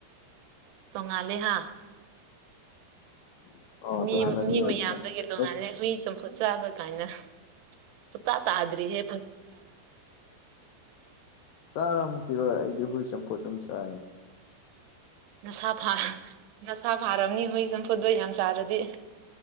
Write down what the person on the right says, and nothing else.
ꯇꯣꯡꯉꯂꯦ ꯍꯥ
ꯃꯤ
ꯃꯤ
ꯃꯌꯥꯝꯗ ꯀꯗꯣꯡꯉꯜꯂꯦ
ꯍꯨꯏ ꯆꯄ ꯆꯥꯕ ꯀꯥꯏꯅ ꯁ ꯇꯥ ꯇꯥꯗ꯭ꯔꯤ ꯍꯦ
ꯅꯁꯥ ꯅꯁꯥ ꯐꯥꯔꯝꯅꯤ ꯍꯨꯣꯏ ꯆꯝꯐꯨꯠꯗꯣ ꯌꯥꯝ ꯆꯥꯔꯗꯤ